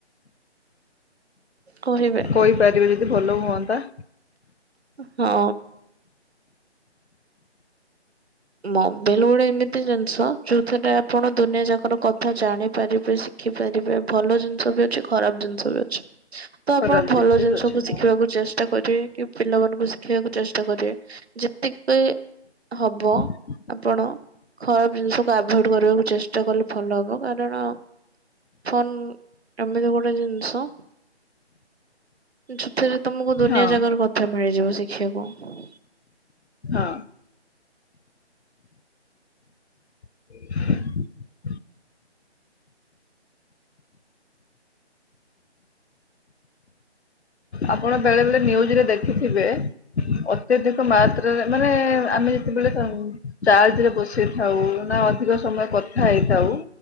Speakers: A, on the right; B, on the left.
A: କହିବେ
B: କହିପାରିବେ ଯଦି ଭଲ ହୁଅନ୍ତା।
A: ହଁ। ମୋବାଇଲ୍ ଗୋଟେ ଏମିତି ଜିନିଷ ଯୋଉଥିରେ ଆପଣ ଦୁନିଆ ଯାକର କଥା ଜାଣିପାରିବେ। ଦେଖିପାରିବେ ଭଲ ଜିନିଷ ବି। ଖରାପ ଜିନିଷ ବି ଅଛି ତ
B: ଖରାପ
A: ଆପଣ ଭଲ ଜିନିଷ
B: ବି ଅଛି
A: କୁ
B: ହଁ
A: ଶିଖିବାକୁ ଚେଷ୍ଟା। ଚେଷ୍ଟା କରିବେ କି ପିଲାମାନଙ୍କୁ ଶିଖିବାକୁ ଚେଷ୍ଟା କରିବେ ଯେତିକି ହବ।
B: <inaudible>
A: ଆପଣ ଖରାପ ଜିନିଷକୁ ଆଭଏଡ୍ କରିବାକୁ ଚେଷ୍ଟା କଲେ ଭଲ ହବ କାରଣ‌। ଫୋନ୍ ଏମିତି ଗୋଟେ ଜିନିଷ। ସେଥିରେ ତମକୁ ଦୁନିଆ
B: ହଁ
A: ଜାଗାର କଥା ମିଳିଯିବ ଶିଖିବାକୁ।
B: ହଁ। <inaudible> ଆପଣ ବେଳେ ବେଳେ ନ୍ୟୁଜରେ ଦେଖିଥିବେ। ଅତ୍ୟାଧିକ ମାତ୍ରାରେ ମାନେ ଆମେ ଯେତେବେଳେ ଚା। ଚାର୍ଜରେ ବସେଇଥାଉ ନା ଅଧିକ ସମୟ କଥା ହେଇଥାଉ।